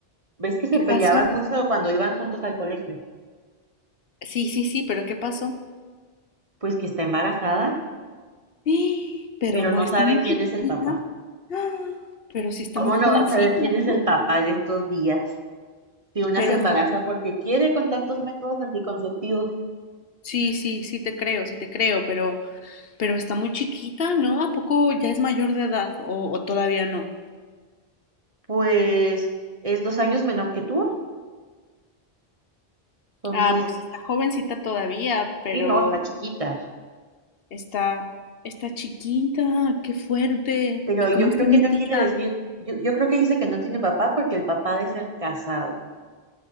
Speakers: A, on the right; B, on the left.
A: ¿Ves que se
B: ¿Qué
A: peleaban
B: pasó?
A: mucho cuando iban juntos al colegio?
B: Sí, sí, sí, pero ¿qué pasó?
A: Pues que está embarazada,
B: ¡Ah! Pero
A: pero
B: no
A: no
B: está
A: sabe
B: muy
A: quién
B: chiquita.
A: es el papá.
B: ¡Ah! Pero sí está
A: ¿Cómo
B: muy jovencita,
A: no va a saber quién es
B: ¿no?
A: el papá en estos días? Si una
B: Pero
A: se
B: está,
A: embaraza porque quiere con tantos métodos anticonceptivos,
B: sí, sí, sí te creo, sí te creo, pero, pero está muy chiquita, ¿no? ¿A poco ya es mayor de edad o, o todavía no?
A: pues es dos años menor que tú. Entonces,
B: Ah, pues está jovencita todavía, pero
A: sí, no, está chiquita.
B: está, está chiquita, qué fuerte.
A: Pero
B: ¿Y cómo
A: yo
B: está
A: creo
B: mi
A: que no
B: tía?
A: quiere decir, yo, yo creo que dice que no tiene papá porque el papá ha de ser casado.